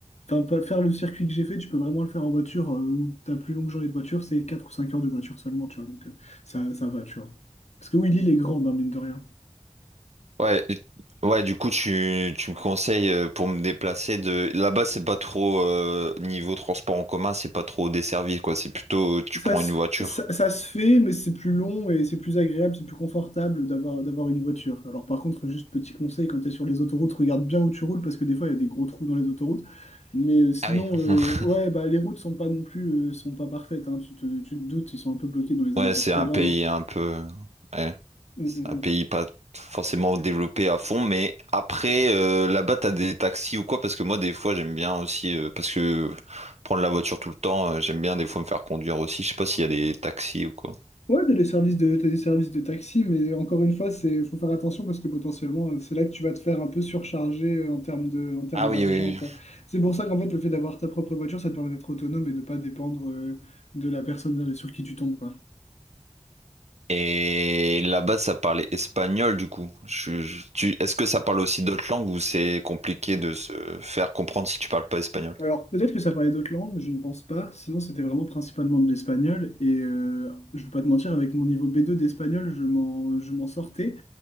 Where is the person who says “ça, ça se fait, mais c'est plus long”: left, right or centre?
Left